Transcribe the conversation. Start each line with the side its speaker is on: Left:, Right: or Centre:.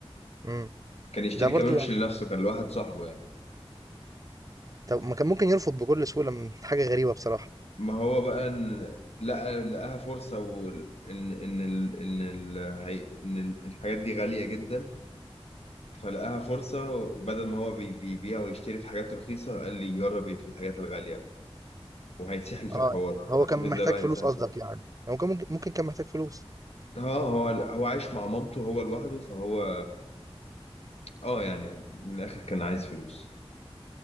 Right: امم
Left: كان يشتري
Right: ده
Left: كمان
Right: برضو يعني
Left: مش لنفسه كان لواحد صاحبه يعني
Right: طب ما كان ممكن يرفض بكل سهولة من حاجة غريبة بصراحة
Left: ما هو بقى إن لقى لقاها فرصة وإن إن إن ال... إن ال... هي... إن ال- الحاجات دي غالية جدا فلقاها فرصة بدل ما هو بي- بيبيع ويشتري في حاجات رخيصة قال لي جرب في الحاجات الغالية وهيتسحل في
Right: آه
Left: الحوار
Right: هو
Left: هتشوف
Right: كان
Left: ازاي
Right: محتاج
Left: بقى
Right: فلوس
Left: هيتسحل
Right: قصدك
Left: فيه.
Right: يعني هو كان ممكن ممكن كان محتاج فلوس
Left: اه هو هو عايش مع مامته هو لوحده فهو اه يعني من الآخر كان عايز فلوس